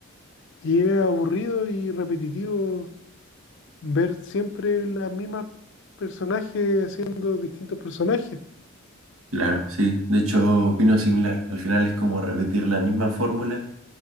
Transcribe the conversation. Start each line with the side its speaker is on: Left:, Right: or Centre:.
Left: Y es aburrido y repetitivo ver siempre las mismas personajes haciendo distintos personajes,
Right: claro, sí. De hecho, opino similar. Al final es como repetir la misma fórmula